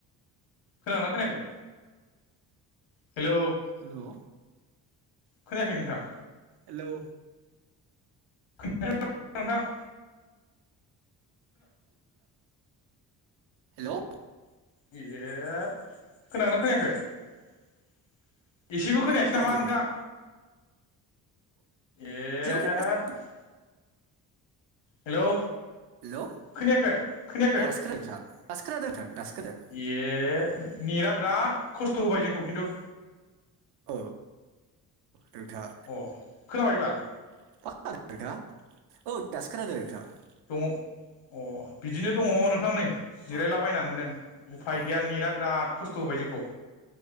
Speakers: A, on the left; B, on the right.
A: खोनागोना खोनायाखै हेलौ
B: हेलौ
A: खोनायाखै नोंथां
B: हेल'
A: खा <unintelligible>
B: हेलौ
A: ए खोनागोना खोनायाखै एसेबो खोनायासै
B: हेल' खोनायाखै
A: नामा
B: माथो
A: नोंथां? एट
B: जेबो खोनायासै
A: हेलौ
B: हेल' अ
A: खोनायाखै खोनायाखै
B: दासो खोनादों दासो खोनादों नोंथां दासो खोनादों
A: ए नेटा बिराद खस्थ' होबाय जोंखौ खिन्थु
B: औ रथा
A: अ खोनाबाय एबार
B: <unintelligible>
A: दङ अ बिदिनो दङ नोंथां नै जिरायलाबायनानैनो
B: अ
A: उफाय
B: अ आदसा
A: गैया नेटा बिराद खस्थ' होबाय जोंखौ